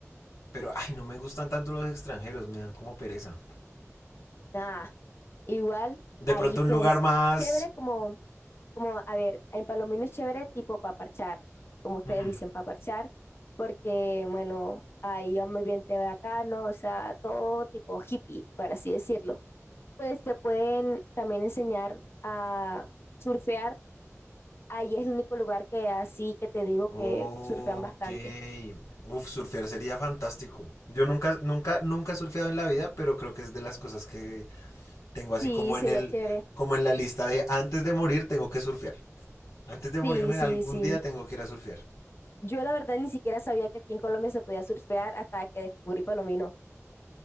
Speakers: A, on the left; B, on the left.
A: pero, ay, no me gustan tanto los extranjeros, me dan como pereza.
B: nada. Igual,
A: De
B: ahí
A: pronto un
B: pues
A: lugar más,
B: es chévere como, como, a ver, en Palomino es chévere tipo paparchar, como ustedes
A: Ujú.
B: dicen, paparchar, porque bueno, ahí va muy bien te bacano, o sea, todo tipo hippie, por así decirlo. Pues te pueden también enseñar a surfear, ahí es el único lugar que así que te digo
A: Ok.
B: que surfean bastante.
A: Uf, surfear sería fantástico. Yo nunca, nunca, nunca he surfeado en la vida, pero creo que es de las cosas que tengo así
B: Sí,
A: como
B: sería
A: en el,
B: chévere.
A: como en la lista de antes de morir tengo que surfear. Antes de morirme
B: Sí,
A: en
B: sí,
A: algún
B: sí.
A: día tengo que ir a surfear.
B: Yo la verdad ni siquiera sabía que aquí en Colombia se podía surfear hasta que descubrí Palomino.